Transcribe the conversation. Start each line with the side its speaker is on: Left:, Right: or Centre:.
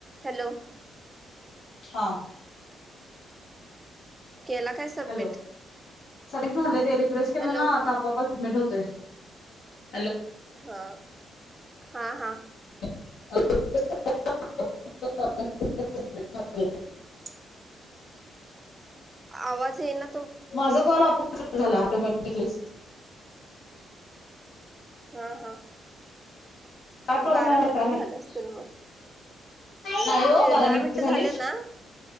Right: Hello,
Left: हा,
Right: केला काय सबमिट
Left: हॅलो, झालंय ते रिफ्रेश केलं
Right: हॅलो
Left: ना आता आपोआप सबमिट होतं. तेय.
Right: हा हा हा,
Left: <unintelligible>
Right: <inaudible> आवाज येईना,
Left: माझा कॉल आपोआप चालू झाला ऑटोमॅटिकच.
Right: हा हा,
Left: काय प्रॉब्लेम
Right: बारा
Left: याला
Right: मिनटं
Left: काय माहित.
Right: झाले असतील मग
Left: नाही हो
Right: ते
Left: बारा
Right: दहा
Left: मिनिट
Right: मिनटं
Left: झाली.
Right: झाले ना